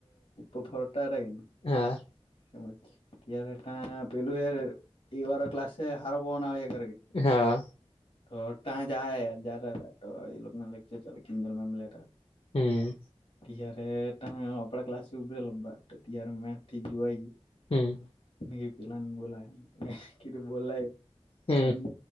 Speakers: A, on the left (about 75°); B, on the left (about 60°).
A: ઉપ ફોરટ આડા.
B: હા.
A: તાર ત પેલુ હર, એ વાર ક્લાસ હાર પવના હોગ.
B: હા
A: હાઠ તં જ યાર જા રહ તો એ લોકો ને લકચર ચિજલ મેમ લે.
B: હમ્મ
A: ત્યારે ત આપડા ક્લાસ ઉરે લા ત્યારે મેથી જોવાઈ ગયુ.
B: હમ્મ
A: ન પલાની બોલા કેધું બોલ.
B: હમ
A: મ